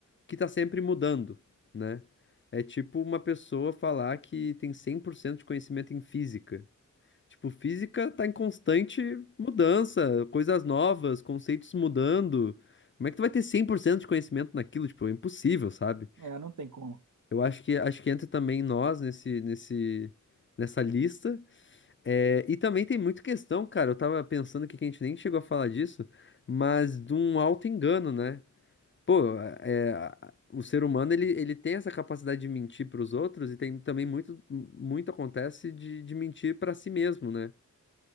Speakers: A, on the left; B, on the right.
A: que tá sempre mudando, né? É tipo uma pessoa falar que tem 100% de conhecimento em física. Tipo, física tá em constante mudança, coisas novas, conceitos mudando. Como é que tu vai ter 100% de conhecimento naquilo? Tipo, é impossível, sabe?
B: É, não tem como.
A: Eu acho que acho que entra também nós nesse, nesse, nessa lista. É, e também tem muita questão, cara. Eu tava pensando aqui que a gente nem chegou a falar disso, mas de um auto-engano, né? Pô, é, a- o ser humano ele, ele tem essa capacidade de mentir para os outros e tem também muito, muito acontece de, de mentir para si mesmo, né?